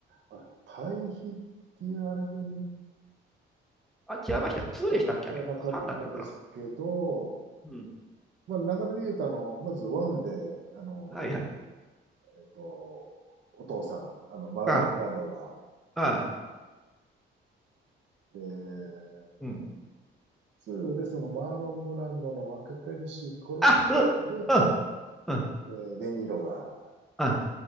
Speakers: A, on the right; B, in the centre.
A: あ、対比って言われてみ
B: あ、違いました。2でしたっけあれ3だったから。
A: たことはなかったですけど、
B: うん。
A: まあ、流れで言うと、あの、まずワンで、あの、
B: はいはい。
A: えっと、お父さん、あの、マーロン・
B: あ、
A: ブランドが、
B: あ、
A: で、
B: うん。
A: ツーでそのマーロン・ブランドの若かりしい頃ってことで、
B: あ、う、うん、うん、
A: えーデ・ニーロが
B: あ、